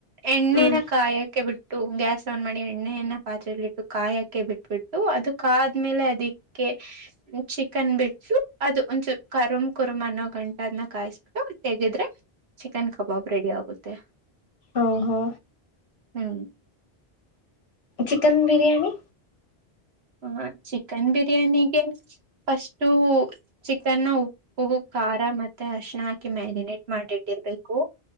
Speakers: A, on the right (about 75°); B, on the left (about 75°).
A: ಎಣ್ಣಿನ
B: ಹ್ಮ್
A: ಕಾಯಕ್ಕೆ ಬಿಟ್ಟ ಗ್ಯಾಸ್ ಆನ್ ಮಾಡಿ ಎಣ್ಣೆಣ್ಣ ಪಾತ್ರರೆೆಯಲ್ಲಿ ಇಟ್ಟು ಕಾಯಕ ಬಿಟ್ಬಿಟ್ಟು ಅದು ಆದ್ಮೇಲೆ ಅದಕ್ಕೆ ಚಿಕನ್ ಬಿಟ್ಟಸು ಅದು ಒಂದಸೂ ಕರಮ್ ಕುರುಮ್ ಅನ್ನ ಗಂಟ ಅದ್ನ ಕಾಯಿಸ ತೆಗಿದ್ರೆ ಚಿಕನ್ ಕಬಾಬ್ ರೆಡಿ ಆಗುತ್ತೆ
B: ಓ ಹೋ
A: ಹ್ಮ್
B: ಚಿಕನ್ ಬಿರಿಯಾನಿ
A: ಹ ಚಿಕನ್ ಬಿರಿಯಾನಿಗೆ ಫಸ್ಟು ಚಿಕನ್ನ ಉಪ್ಪು ಖಾರ ಮತ್ತೆ ಅಶಣ ಹಾಕಿ ಮ್ಯಾರಿನೇಟ್ ಮಾಡಿಟ್ಟಿರ್ಬೇಕು